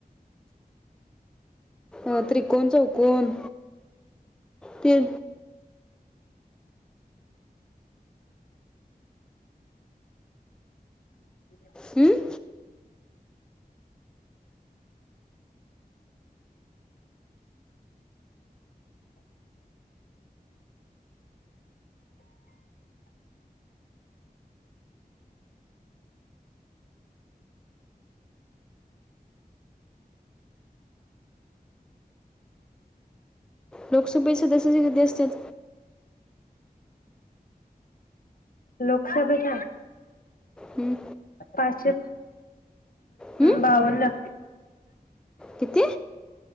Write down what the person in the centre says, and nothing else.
अ त्रिकोण चौकोण ते
हं?
लोकसभे सदस्याचे किती असत्यात
हं?
हं?
किती?